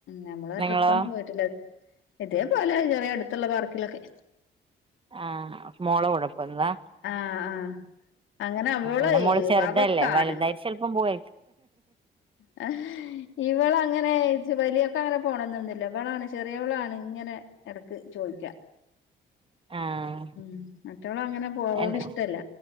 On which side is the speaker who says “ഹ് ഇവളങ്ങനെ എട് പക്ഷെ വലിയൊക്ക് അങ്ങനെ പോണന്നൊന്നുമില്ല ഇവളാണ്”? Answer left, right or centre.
Left